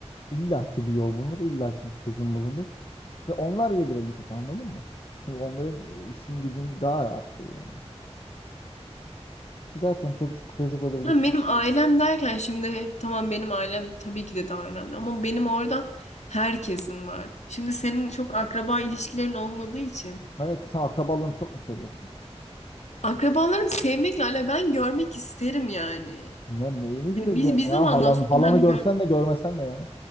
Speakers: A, on the left; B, on the left.
A: illaki bir yol bulunur, illaki bir çözüm bulunur. Ve onlar gelir en kötü anladın mı? Çünkü onların e, işin gücün daha rahat şey yani. Ki zaten çocuk çocuk olur
B: Ha,
A: bir şey.
B: benim ailem derken şimdi tamam benim ailem tabii ki de daha önemli ama benim orada herkesin var. Şimdi senin çok akraba ilişkilerin olmadığı için
A: Hayatım sen akrabalarını çok mu seviyorsun?
B: akrabalarımı sevmekle alakalı ben görmek isterim yani.
A: Ya neyini göreceksin
B: Yani bir, bir
A: ya?
B: zamandan
A: Halanı,
B: sonra
A: halanı
B: ben
A: görsen
B: gör-
A: de görmesen de ya.